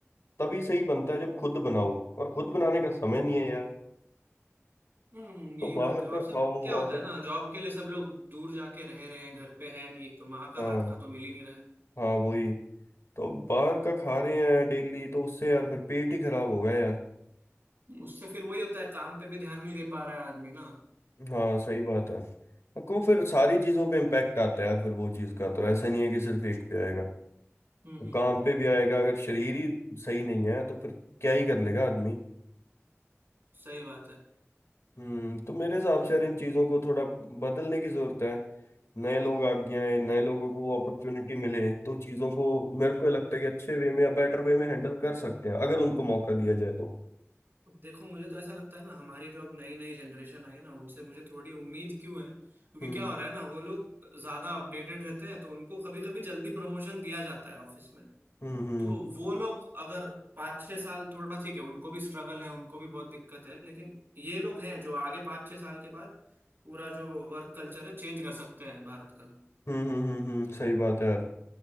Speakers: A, on the left (about 70°); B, on the right (about 50°).
A: तभी सही बनता है जब खुद बनाओ और खुद बनाने का समय नहीं है यार
B: हम्म यही
A: तो बाहर
B: बात है और
A: का
B: सब
A: खाओ
B: क्या होता
A: ऑर्डर
B: है ना जॉब के लिए सब लोग दूर जाके रह रहे हैं घर पे है नहीं तो माँ
A: हाँ
B: का हाथ का तो मिल ही नहीं रहा है
A: हाँ वही तो बाहर का खा रहे हैं डेली तो उससे यार फिर पेट ही खराब होगा यार
B: <laughs> उससे फिर वही होता है काम पे भी ध्यान नहीं दे पा रहा है आदमी ना हम्म
A: हाँ सही बात है को फिर सारी चीज़ों पे इम्पैक्ट आता है यार फिर वो चीज़ का तो ऐसा नहीं है कि सिर्फ एक पे आएगा
B: हम्म
A: वो
B: हम्म
A: काम
B: हम्म,
A: पे भी आएगा अगर शरीर ही सही नहीं है तो फिर क्या ही कर लेगा आदमी
B: सही बात है
A: हम्म तो मेरे हिसाब से यार इन चीज़ों को थोड़ा बदलने की ज़रूरत है नए लोग आगे आए नए लोगों को अपॉर्चुनिटी मिले तो चीज़ों को मेरे को लगता है कि अच्छे वे में या बेटर वे में हैंडल कर सकते हैं अगर उनको मौका दिया जाए तो
B: देखो मुझे तो ऐसा लगता है ना हमारी जो अब नई नई जनरेशन आई है ना उनसे मुझे थोड़ी उम्मीद क्यों है क्योंकि
A: हम्म
B: क्या हो रहा है ना वो लोग ज्यादा अपडेटेड रहते हैं तो उनको कभी कभी जल्दी प्रमोशन दिया जाता है ऑफिस में
A: हम्म हम्म
B: तो वो लोग अगर पाँच छह साल थोड़ा ठीक है उनको भी स्ट्रगल है उनको भी बहुत दिक्कत है लेकिन ये लोग हैं जो आगे पाँच छह साल के बाद पूरा जो वर्क कल्चर है चेंज कर सकते हैं भारत का
A: हम्म हम्म हम्म हम्म, सही बात है यार